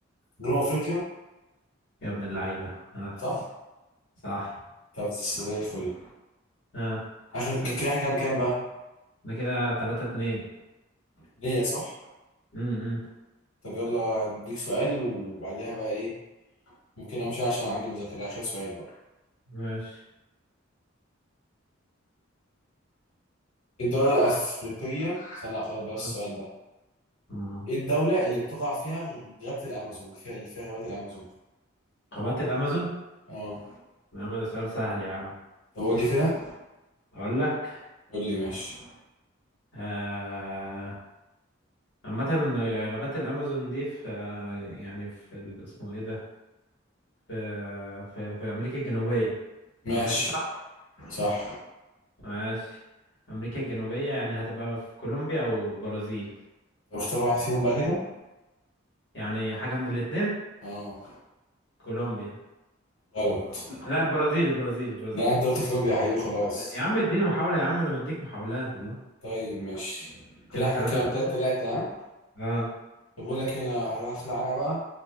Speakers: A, on the left (about 80°); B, on the left (about 55°).
A: جنوب افريقيا
B: يا ابن اللعيبة اه
A: صح
B: صح
A: طب زي الفل
B: اه
A: اخر
B: اسأل
A: كده احنا كام كام بقى
B: ده كده تلاتة اتنين
A: ليا صح
B: م- م.
A: طب يلا اديك سؤال وبعديها بقى ايه ممكن امشي عشان عندي مذاكره اخر سؤال بقى
B: ماشي
A: إيه الدوله الافريقيه استنى لا، خلاص بلاش
B: آه.
A: السؤال ده
B: م.
A: ايه الدوله اللي بتقع فيها غابه الامازون فيها اللي فيها غابه الامازون
B: قارات الأمازون
A: اه
B: يا عم ده سؤال سهل يا عم
A: طب قول لي كده
B: اقول لك
A: قول لي ماشي
B: آه... عامة غابات الامازون دي في آه، يعني في ال- اسمه ايه ده في في, في امريكا الجنوبية
A: ماشي
B: انا ماشي صح
A: صح
B: ماشي امريكا الجنوبية يعني هتبقى في كولومبيا او البرازيل
A: طب اختار واحد فيهم بقى كده
B: يعني حاجة من الاتنين
A: اه
B: كولومبيا
A: غلط
B: لا البرازيل البرازيل البرازيل
A: لا انت قلت كولومبيا يا حبيبي خلاص
B: يا عم اديني محاولة يا عم انا مديك محاولات والله
A: طيب ماشي
B: كده
A: كده احنا
B: ثلاثة
A: كام
B: ثلاثة
A: تلاتة تلاتة ها
B: اه
A: طب بقول لك هنا هروح اخلع انا بقى